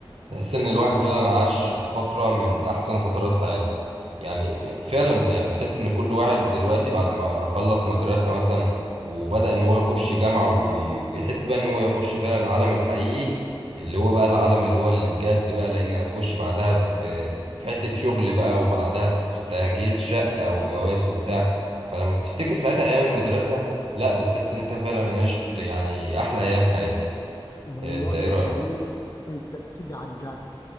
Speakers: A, on the right; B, on the left.
A: تحس ان الواحد فعلا عاش في فترة من احسن فترات حياته يعني فعلا يعني تحس ان كل واحد دلوقتي
B: وال-
A: بعد ما خلص مدرسة مثلا وبدأ ان هو يخش جامعة وي- ويحس بقى ان هو يخش فعلا العالم الحقيقي اللي هو بقى العالم اللي هو اللي بجد بقى لان هتخش بعدها في في حتة شغل بقى وبعدها في تجهيز شقة وجواز وبتاع فلما بتفتكر ساعتها ايام المدرسة لا بتحس ان انت فعلا عشت يعني احلى ايام حياتك
B: والله
A: إيه، انت ايه
B: العظيم
A: رأيك
B: انت بتيجي على الجد